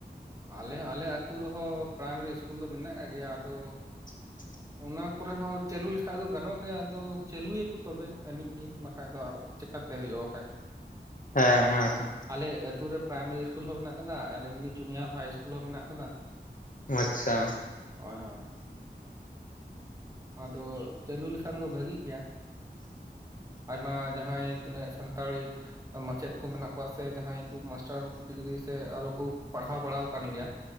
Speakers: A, on the right; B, on the left.
A: ᱟᱞᱮ ᱟᱞᱮ ᱟᱹᱛᱩ ᱨᱮᱦᱚᱸ ᱯᱨᱟᱭᱢᱟᱨᱤ ᱤᱥᱠᱩᱞ ᱫᱚ ᱢᱮᱱᱟᱜ ᱠᱟᱜ ᱜᱮᱭᱟ ᱟᱫᱚ
B: <inaudible>
A: ᱚᱱᱟ ᱠᱚᱨᱮ ᱦᱚᱸ ᱪᱟᱹᱞᱩ ᱞᱮᱠᱷᱟᱡ ᱫᱚ ᱜᱟᱱᱚᱜ ᱜᱮᱭᱟ ᱟᱫᱚ ᱪᱟᱹᱞᱩᱭᱟᱠᱚ ᱛᱚᱵᱮ ᱟᱹᱱᱤᱡ ᱜᱮ ᱵᱟᱠᱟᱡ ᱫᱚ ᱪᱮᱠᱟᱛᱮ ᱪᱮᱠᱟ ᱛᱮ ᱦᱩᱭᱩᱜᱼᱟ ᱵᱷᱟᱠᱟᱡ
B: ᱦᱮᱸ ᱚᱱᱟ ᱜᱮᱛᱚ
A: ᱟᱞᱮ ᱟᱹᱛᱩ ᱨᱮ ᱯᱨᱟᱭᱢᱟᱨᱤ ᱤᱥᱠᱩᱞ ᱦᱚᱸ ᱢᱮᱱᱟᱜ ᱟᱠᱟᱫᱟ ᱟᱨ ᱮᱢᱱᱤ ᱡᱩᱱᱤᱭᱟᱨ ᱦᱟᱭ ᱤᱥᱠᱩᱞ ᱦᱚᱸ ᱢᱮᱱᱟᱜ ᱠᱟᱫᱟ
B: ᱢᱟᱪᱪᱷᱟ
A: ᱦᱳᱭ ᱦᱳᱭ ᱟᱫᱚ ᱪᱟᱹᱞᱩ ᱞᱮᱠᱷᱟᱱ ᱫᱚ ᱵᱷᱟᱜᱤᱜ ᱜᱮᱭᱟ ᱟᱭᱢᱟ ᱡᱟᱦᱟᱸᱭ ᱛᱤᱱᱟᱹᱜ ᱥᱟᱱᱛᱟᱲᱤ ᱢᱟᱪᱮᱫ ᱠᱚ ᱢᱮᱱᱟᱜ ᱠᱚᱣᱟ ᱥᱮ ᱡᱟᱦᱟᱸᱭ ᱠᱚ ᱢᱟᱥᱴᱟᱨ ᱢᱟᱥᱴᱟᱨ ᱰᱤᱜᱨᱤ ᱥᱮ ᱟᱨᱚ ᱠᱚ ᱯᱟᱲᱦᱟᱣ ᱵᱟᱲᱟ ᱟᱠᱟᱱ ᱜᱮᱭᱟ